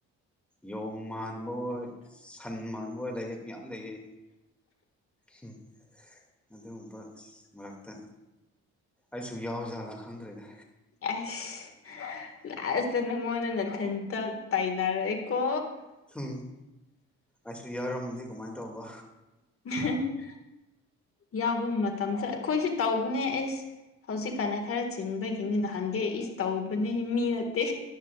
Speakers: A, in the centre; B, on the left (about 45°).
A: ꯌꯣꯡ ꯃꯥꯟꯕ ꯑꯣꯏ ꯁꯟ ꯃꯥꯟꯕ ꯑꯣꯏ ꯂꯥꯏꯔꯤ ꯌꯥꯝ ꯂꯩꯌꯦ ꯎꯝ ꯑꯗꯨꯒꯨꯝꯕ ꯃꯔꯛꯇ ꯑꯩꯁꯨ ꯌꯥꯎꯖꯥꯠꯂ ꯈꯪꯗ꯭ꯔꯦꯅꯦ
B: ꯑꯁ ꯂꯥꯁꯇ ꯅꯪꯉꯣꯟꯗ ꯅꯥꯊꯟꯇ ꯇꯥꯏꯅꯔꯛꯑꯦꯀꯣ
A: ꯎꯝ ꯑꯩꯁꯨ ꯌꯥꯎꯔꯝꯃꯗꯤ ꯀꯃꯥꯏꯅ ꯇꯧꯕ
B: ꯎꯝ <inaudible> ꯌꯥꯎꯕ ꯃꯇꯝꯁꯨ ꯑꯩꯈꯣꯏꯁꯨ ꯇꯧꯕꯅꯦ ꯑꯦꯁ ꯍꯧꯖꯤꯛꯀꯥꯟꯅ ꯈꯔ ꯆꯤꯟꯕꯒꯤꯅꯤ ꯅꯍꯥꯟꯒꯦ ꯏꯁ ꯇꯧꯕꯅꯤ ꯃꯤ ꯅꯠꯇꯦ